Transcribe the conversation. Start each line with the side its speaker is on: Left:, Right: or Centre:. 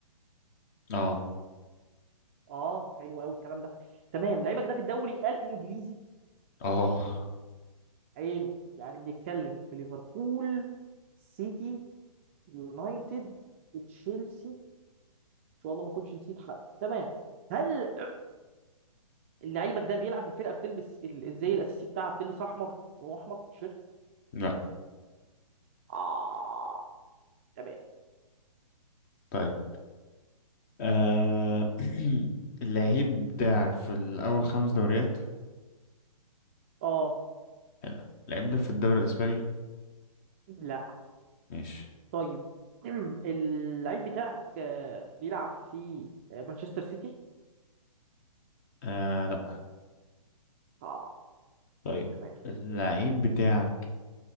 Left: اه
Right: اه حلو قوي الكلام ده تمام لعيبك ده في الدوري الانجليزي
Left: اه
Right: حلو يعني بنتكلم في ليفربول سيتي يونايتد تشيلسي شاء الله ما كنتش نسيت حد تمام هل <clears throat> لعيبك ده بيلعب في فرقه بتلبس ال- الزي الاساسي بتاعها بتلبس احمر هو احمر في التيشيرت
Left: لا
Right: اه تمام
Left: طيب آه <coughs> <clears throat> اللعيب بتاعك في الأول خمس دوريات
Right: اه
Left: حلو اللعيب ده في الدوري الأسباني
Right: لا
Left: ماشي
Right: طيب <clears throat> اللعيب بتاعك آه، بيلعب في آه، مانشستر سيتي
Left: آه لا
Right: اه
Left: طيب
Right: تمام
Left: اللعيب بتاعك